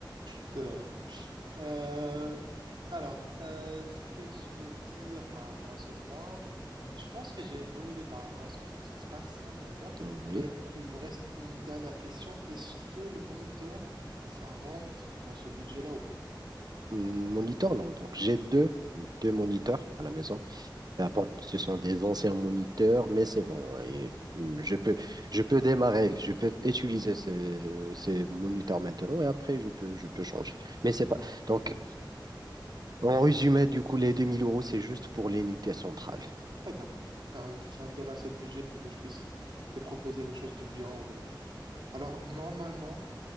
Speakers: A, on the right; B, on the right.
A: c'est vrai. Euh, alors, euh, ce que je vais dire par rapport à ce point, je pense que j'ai une bonne idée par rapport à ce- comment ça se passe, l'ordinateur,
B: Mm,
A: mais
B: Oui,
A: il me reste une dernière question. Est-ce que le moniteur, ça rentre dans ce budget-là ou pas?
B: Mm, moniteur, non. Donc, j'ai deux, deux moniteurs à la maison. Ah bon, ce sont des anciens moniteurs, mais c'est bon. Et, mm, je peux, je peux démarrer, je peux utiliser ces, ces moniteurs maintenant et après, je peux, je peux changer. Mais c'est pas. Donc, en résumé, du coup, les 2000 euros, c'est juste pour l'unité centrale.
A: Très bien. Ben, ça me donne assez de budget pour que je puisse te proposer quelque chose du bien aujourd'hui. Alors, normalement,